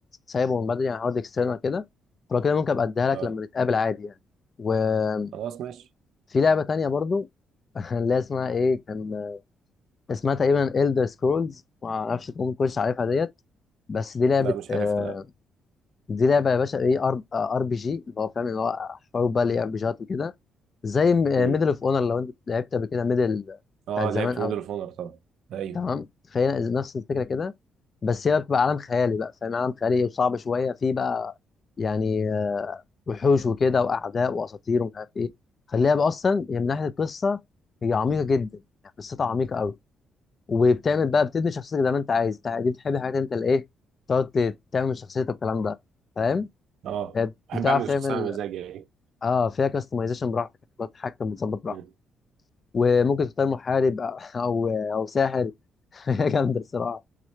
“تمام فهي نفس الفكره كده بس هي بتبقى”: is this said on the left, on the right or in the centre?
Left